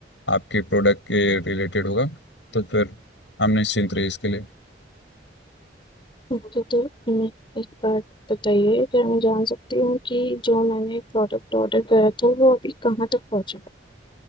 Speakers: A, on the left; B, on the left.
A: आपके प्रोडक्ट के रिलेटेड होगा तो फिर हम निश्चिंत रहे इसके लिए
B: ओके तो मैं एक बात बताइए क्या मैं जान सकती हूँ कि जो मैंने प्रोडक्ट ऑर्डर करा था वो अभी कहाँ तक पहुँचा